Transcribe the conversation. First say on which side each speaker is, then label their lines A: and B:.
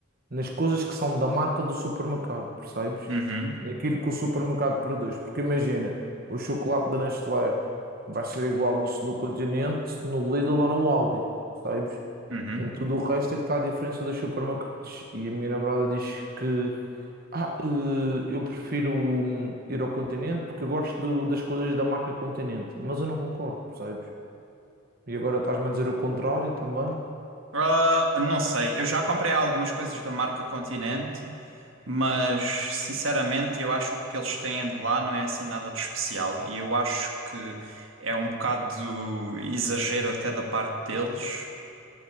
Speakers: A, on the right; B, on the right.
A: nas coisas que são da marca do supermercado, percebes?
B: Uhum,
A: Naquilo que o supermercado produz. Porque imagina, o chocolate da Nestlé vai ser igual no, no Continente, no Lidl ou no Aldi, percebes?
B: uhum.
A: Em tudo o resto é que está a diferença dos supermercados. E a minha namorada diz que ah, eh, eu prefiro hum, ir ao Continente porque eu gosto do- das coisas da marca Continente, mas eu não concordo, percebes? E agora estás-me a dizer o contrário também,
B: Ah, não sei, eu já comprei algumas coisas da marca Continente, mas, sinceramente, eu acho que o que eles têm de lá não é assim nada de especial, e eu acho que é um bocado exagero até da parte deles,